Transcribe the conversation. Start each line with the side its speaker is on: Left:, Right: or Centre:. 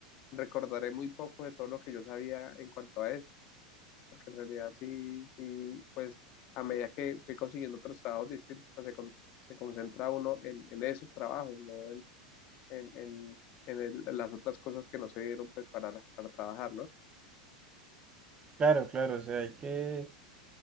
Left: recordaré muy poco de todo lo que yo sabía en cuanto a eso porque en realidad sí, sí, pues a medida que fui consiguiendo otros trabajos distintos, pues se, con- se concentra uno en, en esos trabajos, no en, en, en, en el- en las otras cosas que no se dieron pues para, para trabajar, ¿no?
Right: Claro, claro, o sea, hay que